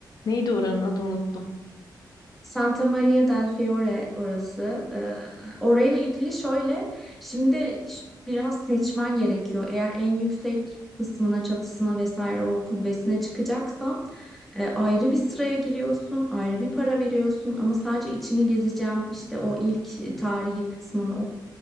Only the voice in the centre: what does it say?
Santa Maria del Fiore orası. Ee, orayla ilgili şöyle, şimdi ş- biraz seçmen gerekiyor. Eğer en yüksek kısmına, çatısına vesaire o kubbesine çıkacaksan e, ayrı bir sıraya giriyorsun, ayrı bir para veriyorsun ama sadece içini gezeceğim, işte o ilk tarihi kısmını o